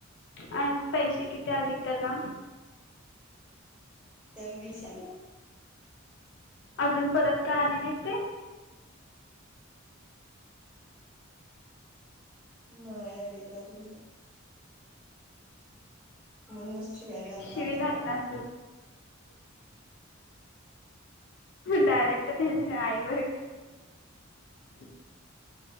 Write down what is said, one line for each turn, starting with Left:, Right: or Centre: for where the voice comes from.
Left: आणि पैसे किती आलेत त्याला.
Centre: तेवीशे.
Left: अजून परत काय आली नाहीत काय?
Centre: न्हाय अली अजून तर. तर म्हणूनच शिव्या द्यालता
Left: शिवी
Centre: परवा
Left: घातला असल. डायरेक्ट त्याच्या आई वर गेलं.